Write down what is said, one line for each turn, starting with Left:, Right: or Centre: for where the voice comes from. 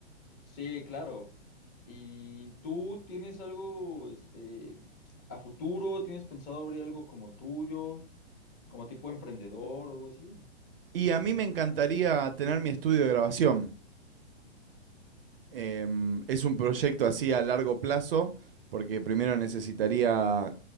Left: Sí, claro. ¿Y tú tienes algo, este, a futuro? ¿Tienes pensado abrir algo como tuyo? ¿Como tipo emprendedor o algo así?
Right: Y a mí me encantaría tener mi estudio de grabación. Em, es un proyecto así a largo plazo, porque primero necesitaría